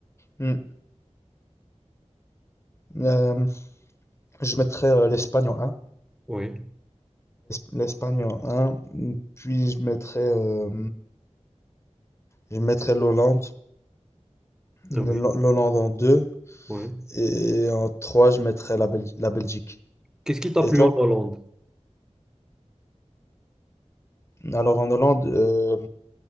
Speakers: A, on the left; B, in the centre.
A: Hmm. Euh, je mettrais euh, l'Espagne en un
B: Oui,
A: L'Espagne en un Puis, je mettrais, euh, je mettrais l'Hollande. Le-
B: ah oui,
A: L'Hollande en deux
B: oui.
A: et en trois, je mettrais la, Bel- la Belgique.
B: Qu'est-ce qui t'a
A: Et
B: plu
A: toi?
B: en Hollande?
A: Alors en Hollande, euh,